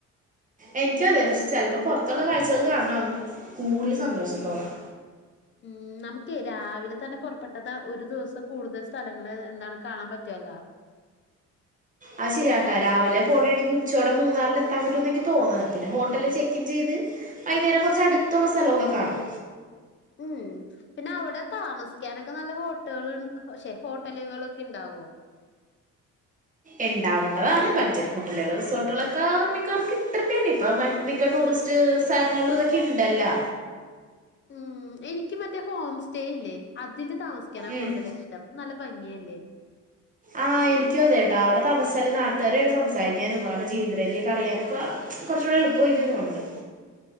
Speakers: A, on the right; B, on the left.
A: എനിക്കും അതെ. പക്ഷെ ചിലപ്പോ പുറത്തുള്ള കാഴ്ചകൾ കാണണം കൂടുതൽ സന്തോഷം തോന്നാം.
B: ഉം നമുക്ക് രാവിലെ തന്നെ പുറപ്പെട്ടത് ഒരു ദിവസം കൂടുതൽ സ്ഥലങ്ങള് എന്താണ് കാണാൻ പറ്റുവല്ലോ.
A: അത് ശരിയാട്ടാ, രാവിലെ പോകയാണെങ്കിൽ ഉച്ചോടെ മൂന്നാറിൽ എത്താൻ പറ്റുമെന്ന് എനിക്ക് തോന്നുന്നത്. പിന്നെ ഹോട്ടൽ ചെക്കിൻ ചെയ്ത് വൈകുന്നേരം കുറച്ച് അടുത്തുള്ള സ്ഥലമൊക്കെ കാണാം.
B: ഉം പിന്നെ അവിടെ താമസിക്കാനൊക്കെ നല്ല ഹോട്ടകൾ ശെ ഹോട്ടലുകളൊക്കെ ഉണ്ടാവോ
A: ഉണ്ടാവേണ്ടതാണ് ബഡ്ജറ്റ് ഹോട്ടലുകളും, റിസോർട്ടുകളൊക്കെ മിക്കവർക്ക് കിട്ടേണ്ടേ ഇപ്പ മിക്ക ടൂറിസ്റ്റ് റ്റ് സ്ഥലങ്ങളിലും ഇതൊക്കെ ഇണ്ടലാ.
B: ഉം എനിക്ക് മറ്റേ ഹോം സ്റ്റേ ഇല്ലേ. അതില് താമസിക്കാന
A: ഉം.
B: കൂടുതൽ ഇഷ്ടം നല്ല ഭംഗിയല്ലേ
A: ആഹ് എനിക്കും അതേട്ടാ അവിടെ താമസിച്ചാലെ നാട്ടുകാരായിട്ട് സംസാരിക്കാനും അവരുടെ ജീവിത രീതിയൊക്കെ അറിയാനൊക്കെ കുറച്ചൂടെ എളുപ്പമായിരിക്കുംന്ന് തോന്നുന്ന്